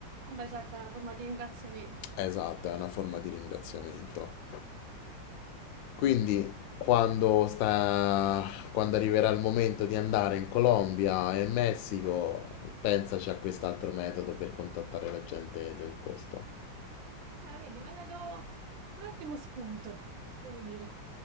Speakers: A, on the right (about 90°); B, on the left (about 85°).
A: Vabbè, certo, è una forma di ringraziamento.
B: Esatto, è una forma di ringraziamento. Quindi quando sta, quando arriverà il momento di andare in Colombia e in Messico, pensaci a quest'altro metodo per contattare la gente del posto.
A: Eh, vedi, mi hai dato un ottimo spunto, devo dire.